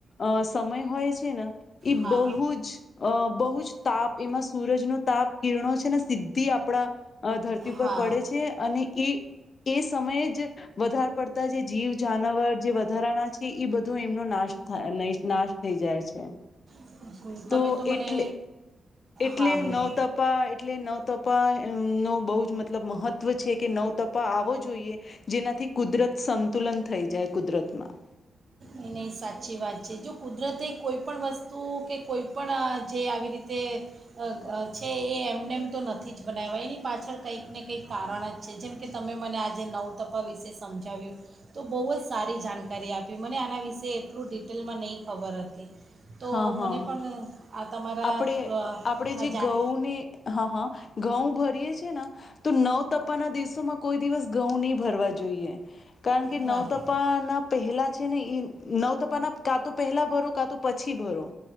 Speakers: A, on the left; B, on the right.
A: અહ સમય હોય છે ના, એ
B: હા
A: બહુ જ, અહ બહુ જ તાપ એમાં સૂરજનો તાપ કિરણો છે ને સીધી આપણા ધરતી
B: હા
A: પર પડે છે, અને એ એ એ સમયે જ વધારે પડતા જે જીવ, જાનવર જે વધારાના પછી ઈ બધું એમનો નાશ થાય નય નાશ થઈ જાય છે
B: હમ,
A: તો
B: તમે મને
A: એટલે એટલે
B: હા બોલો
A: નવતપા એટલે નવતપા બહુ જ મતલબ મહ ત્ત્વ છે કે નવ તપા આવો જોઈએ. જેનાથી કુદરત સંતુલન થઈ જાય. કુદરતમાં
B: નય નય સાચી વાત. છે જો કુદરતે કોઈ પણ વસ્તુ કે કોઈ પણ અ જે આવી રીતે અ અ છે એ એમ નેમ તો નથી જ બનાયવા એની પાછળ કંઈક ને કંઈક કારણ જ છે જેમ કે તમે મને આજે નવતપા વિશે સમજાવ્યું. તો બહુ જ સારી જાણકારી આપી મને આના વિશે એટલું ડિટેલમાં નહીં ખબર હતી. તો
A: હા હા,
B: મને પણ આ તમારા
A: આપણે
B: અ,
A: આપડે
B: આ
A: જે
B: જાણ
A: ઘઉંને, હા હા, ઘઉં ભરીએ છે ને તો નવ ત તાના દિવસોમાં કોઈ દિવસ ઘઉં નહી ભરવા જોઈએ. કારણ કે
B: બરાબર
A: નવતપા ના પહેલા છે ને એ નવતપાના કા તો પહેલા ભરો કા તો થી ભરો.